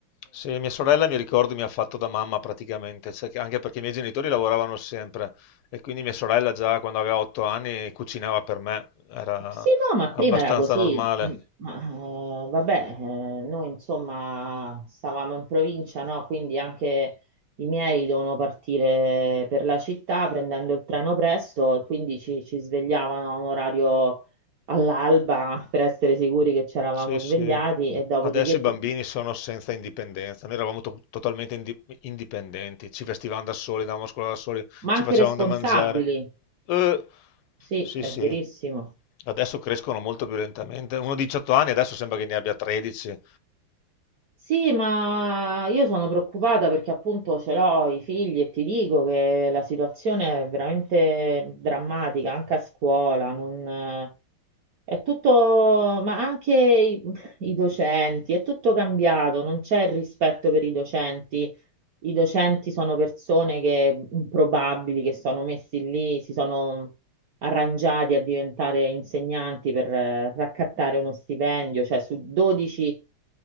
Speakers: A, on the left; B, on the right.
A: Sì, mia sorella mi ricordo mi ha fatto da mamma praticamente, cioè che- anche perché i miei genitori lavoravano sempre e quindi mia sorella già quando aveva otto anni cucinava per me, era
B: Sì, no, ma
A: abbastanza
B: prima era così.
A: normale.
B: eh, Ma eh, vabbè, eh, noi insomma stavamo in provincia, no? Quindi anche i miei dovevano partire per la città prendendo il treno presto e quindi ci, ci svegliavano a un orario all'alba per essere sicuri che ci eravamo
A: Sì,
B: svegliati
A: sì.
B: e dopodiché,
A: Adesso i bambini
B: sì.
A: sono senza indipendenza. Noi eravamo to- totalmente indi- indipendenti, ci vestivamo da soli, andavamo a scuola da soli,
B: ma
A: ci
B: anche
A: facevamo
B: responsabili.
A: da mangiare. Eh,
B: Sì,
A: sì,
B: è
A: sì.
B: verissimo.
A: Adesso crescono molto più lentamente. Uno di 18 anni adesso sembra che ne abbia 13.
B: Sì, ma io sono preoccupata perché appunto ce l'ho i figli e ti dico che la situazione è veramente drammatica, anche a scuola, non- è tutto, ma anche i, <laughs> i docenti, è tutto cambiato, non c'è il rispetto per i docenti. I docenti sono persone che improbabili, che sono messi lì, si sono arrangiati a diventare insegnanti per eh, raccattare uno stipendio, cioè su 12